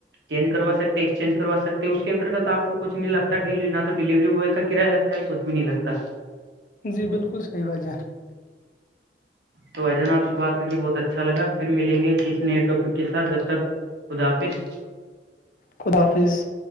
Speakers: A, on the right; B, on the left.
A: چینج کروا سکتے ایکسچینج کرا سکتے ہیں اس کے انترگت آپ کو کچھ نہیں لگتا ڈی نہ تو ڈیلیوری بوائے کا کرایہ لگتا کچھ بھی نہیں لگتا
B: جی بالکل صحیح بات ہے
A: تو و جان آ سے بات کر کے بہت اچھا لگ پھر ملیں گےھ کسی نئے ٹاپک کے ساتھ جب تک خدافظ
B: خدافظ